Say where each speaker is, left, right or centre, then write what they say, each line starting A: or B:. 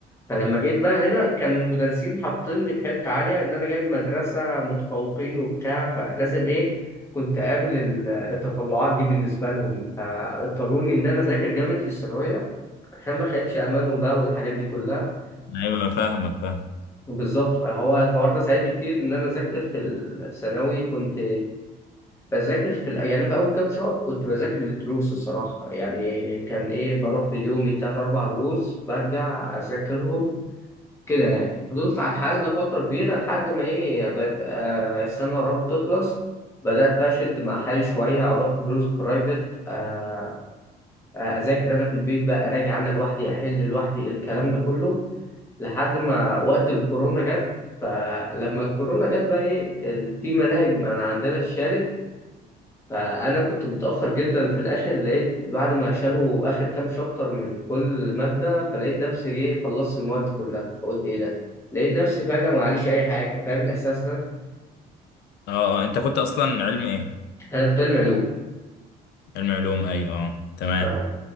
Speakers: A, on the left; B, on the left.
A: فلما جيت بقى هنا كان المدرسين حاطين لي في حتة عالية إن أنا جاي من مدرسة متفوقين وبتاع فلازم إيه كنت أقابل ال- التطلعات دي بالنسبة لهم فاضطروني إن أنا أذاكر جامد في الثانوية عشان ما أخيبش أمالهم بقى والحاجات دي كلها
B: ايوه فاهمك فاهم
A: بالظبط فهو الحوار ده ساعدني كتير ان انا اذاكر في الثانوي كنت بذاكر في ال- يعني أنا في اول كام شهر كنت بذاكر للدروس الصراحه يعني كان ايه بروح في يومي تلات اربع دروس برجع اذاكرهم كده يعني فضلت على الحال ده فتره كبيره لحد ما ايه بد... آه السنه قربت تخلص بدات بقى اشد مع حالي شويه اروح دروس برايفت آه آه، اذاكر انا في البيت بقى اراجع انا لوحدي احل لوحدي الكلام ده كله لحد ما وقت الكورونا جت فلما الكورونا جت بقى ايه ال- في مناهج انا عندنا اتشالت فانا كنت متاخر جدا في الاخر لقيت بعد ما شالوا اخر كام شابتر من كل ماده فلقيت نفسي ايه خلصت المواد كلها فقلت ايه ده لقيت نفسي فجاه معليش اي حاجه فاهم الاحساس ده
B: اه اه انت كنت اصلا علم ايه
A: انا كنت علمي علوم
B: علم علوم ايوه اه تمام
A: ف-